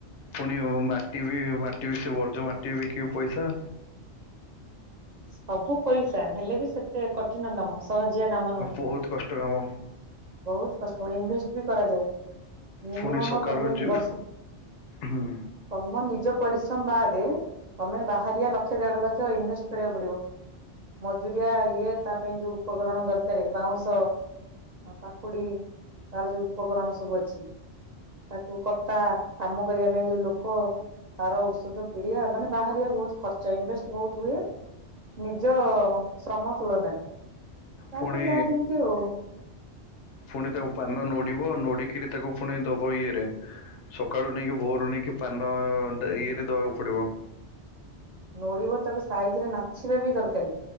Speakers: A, on the left; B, on the right.
A: ପୁଣି ମାଟି ବି ମାଟି ବି ସେ ବର୍ଜ ମାଟି ବିକିବ ପଇସା।
B: ସବୁ ପଇସା ହେଲେ ବି ସେତେ କଠିନ କାମ ସେ ସହଜିଆ କାମ ରେ
A: ଆ ବହୁତ କଷ୍ଟ କାମ।
B: ବହୁତ କଷ୍ଟ ଇନଭେଷ୍ଟ ବି କରାଯାଏ ମିନିମମ
A: ପୁଣି ସକାଳୁ
B: ତମେ
A: ଯୁ-
B: ବର୍ଷ।
A: ହୁଁ।
B: ତମ ନିଜ ପରିଶ୍ରମ ବାଦ ତମେ ବାହାରିଆ ଲକ୍ଷ ଦେଢ ଲକ୍ଷ ଇନଭେଷ୍ଟ କରିବାକୁ ପଡିବ ମଜୁରିଆ ଇଏ ତା ପାଇଁ ଯୋଉ ଉପକରଣ ଦରକାର ବାଉଁଶ। ପାଖୁଡି ତାର ଯୋଉ ଉପକରଣ ସବୁ ଅଛି। ତାକୁ କତା କାମ କରିବା ପାଇଁ ଯୋଉ ଲୋକ। ତାର ଔଷଧ ପିଡିଆ ମାନେ ବାହାରିବା ବହୁତ ଖର୍ଚା ଇନଭେଷ୍ଟ ବହୁତ ହୁଏ। ନିଜ ଶ୍ରମ ତୁଳନାରେ। ତାପରେ
A: ପୁଣି
B: ଯାହା ଯେମିତି ଆଉ
A: ପୁଣି ତାକୁ ପାନ ନୋଡିବ ନୋଡିକିରି ତାକୁ ପୁଣି ଦବ ଇଏରେ। ସକାଳୁ ନେଇକି ଭୋରୁ ନେଇକି ପାନ ଇଏରେ ଦବାକୁ ପଡିବ।
B: ନୋଡିବ ତାକୁ ସାଇଜ ରେ ନାଚିବା ବି ଦରକାର